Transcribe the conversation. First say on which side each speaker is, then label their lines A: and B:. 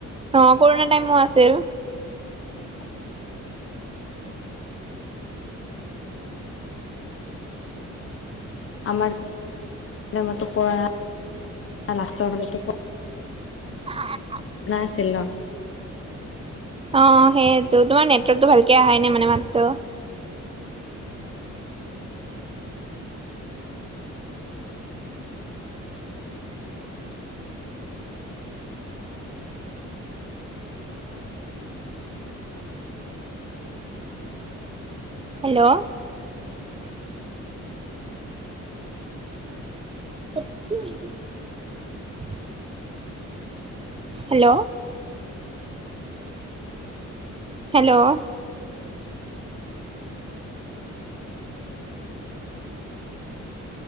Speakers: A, on the right; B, on the left.
A: অ' কৰোণা টাইমো আছিল।
B: <inaudible> আমাৰ <inaudible> <unintelligible> কৰা <inaudible> লাষ্টৰ ফালেটো
A: হ
B: আছিল ন
A: অ' সেয়েতো। তোমাৰ নেটৱৰ্কটো ভালকে আহাই নাই, মানে মাতটো। হেল্ল'? <unintelligible> হেল্ল'? হেল্ল'?